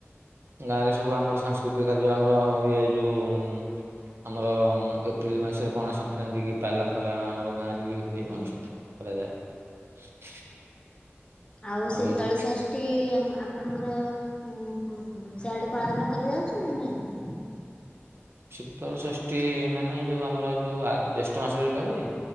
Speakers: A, on the right (about 60°); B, on the left (about 25°).
A: ଗାଁରେ ସବୁ ଆମର ସାଂସ୍କୃତିକ କାର୍ଯ୍ୟ ଆମର ହୁଏ। ଯୋଉ ଆମର ଏପ୍ରିଲ ମାସରେ ପଣା ଶକ ସଂକ୍ରାନ୍ତି କି ପାଲା ଫାଲା ଆମର ଗାଁରେ ବି ହୁଏ।
B: ହୁଁ।
A: ଅନୁଷ୍ଠାନ କରାଯାଏ।
B: ଆଉ ଶୀତଳ
A: ଏଇ ଯୋଉ
B: ଷଷ୍ଠୀ ଶଷ୍ଟୀ ଆମ ଆପଣଙ୍କର ଉଁ ସେଆଡେ ପାଳନ କରାଯାଉଛି ନା ନାଇଁ?
A: ଶୀତଳ ଷଷ୍ଠୀ ମାନେ ଯୋଉ ଆମର ଯୋଉ ଆ ଜ୍ୟେଷ୍ଠ ମାସ ରେ ଯୋଉଟା ହୁଏ।